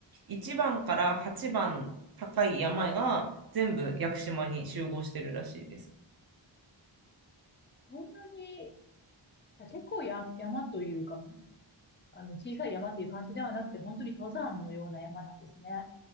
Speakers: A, on the right (about 50°); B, on the left (about 25°).
A: 1番から8番高い山が全部屋久島に集合してるらしいです。
B: そんなに、いや結構や、山というかね、あの、小さい山っていう感じではなくて、本当に登山のような山なんですね。